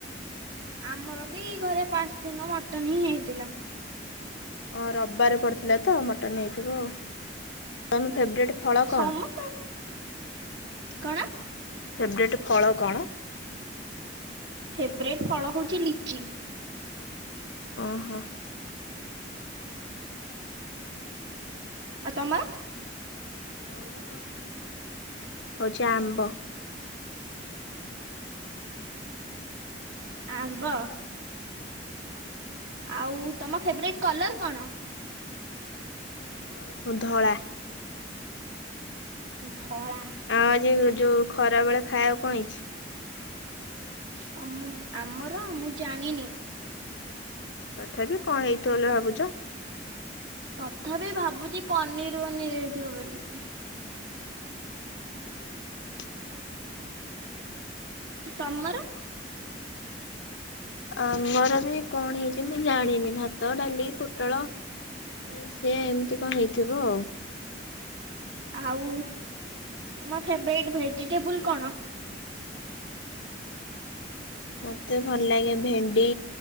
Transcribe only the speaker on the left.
ହଁ ରବିବାରେ ପଡିଥିଲା ତ ମଟନ ହେଇଥିବ ଆଉ ତମ ଫେବରେଟ। ଫଳ
କଣ?
ଫେବରେଟ୍ ଫଳ କଣ।
ଓହୋ।
ଆମର ହଉଛି ଆମ୍ବ।
ମୋର ଧଳା।
ଆଉ ଆଜି ଯୋଉ ଖରା ବେଳେ ଖାଇବାକୁ କଣ ହେଇଛି।
ତଥାପି କଣ ହେଇଥିବ ବୋଲି ଭାବୁଛ।
<inaudible>
ଆମର ବି କଣ ହେଇଛି ମୁଁ ଜାଣିନି ଭାତ ଡାଲି ପୋଟଳ। ଇଏ ସି ଏମିତି କଣ ହେଇଥିବ ଆଉ।
ମତେ ଭଲ ଲାଗେ ଭେଣ୍ଡି